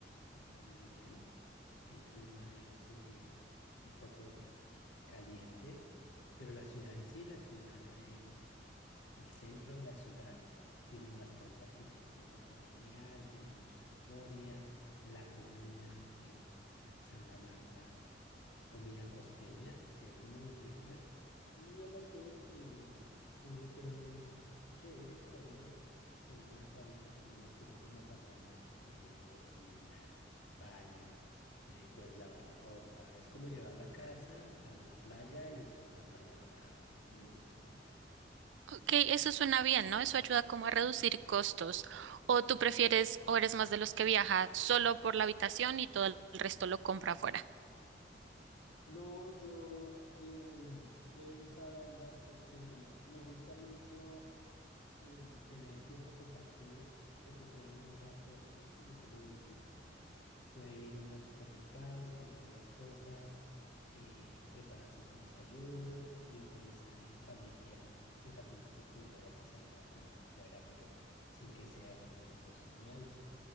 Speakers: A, on the left (about 75°); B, on the right (about 80°).
A: están bien. El clima es eh, un poco caliente, pero la ciudad en sí, la ciudad eh, el centro de la ciudad tiene bastante arquitectura colonial, tiene mucha historia. La comida en Santa Marta es comida costeña, que es muy rica. Y el hotel eh, fue un hotel eh, chévere, cómodo, con unas habitaciones que son como apartamentos, que tienen cocina, baño, eh, puedes lavar la ropa. Es como llevar la casa a la playa y estar en la playa relajado. Me gustó mucho.
B: Ok, eso suena bien, ¿no? Eso ayuda como a reducir costos. ¿O tú prefieres o eres más de los que viaja solo por la habitación y todo el resto lo compra afuera?
A: No, yo eh, he usado ambas opciones. Me gusta mucho el tener el tiempo compartido porque puede uno ahorrar costos, como tú lo dices. Puede ir uno al supermercado y comprar las cosas, eh, prepararse su desayuno y organizar en familia pues algunas actividades y salir a comer fuera, pero sin que sea un presupuesto muy alto.